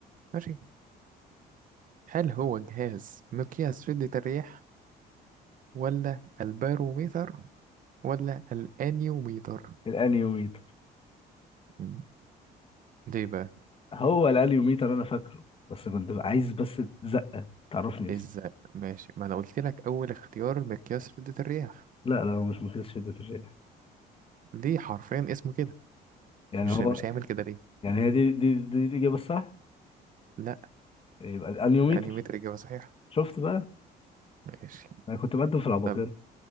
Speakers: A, on the right; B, on the left.
A: ماشي هل هو جهاز مقياس شدة الرياح ولا الباروميتر ولا الأنيوميتر
B: الانيوميتر
A: مم. ليه بقى
B: هو الانيوميتر انا فاكره بس كنت عايز بس زقه تعرفني اسمه
A: إزاي ماشي ما أنا قلت لك أول اختيار مقياس شدة الرياح
B: لا لا هو مش مقياس شده الرياح
A: ليه حرفيا اسمه كده
B: يعني
A: مش
B: هو
A: مش هيعمل كده ليه
B: يعني هي دي دي دي الاجابه الصح
A: لا
B: يبقى الانيوميتر
A: الأنيوميتر إجابة صحيحة
B: شفت بقى
A: ماشي
B: انا كنت بقدم في العباقرة
A: طب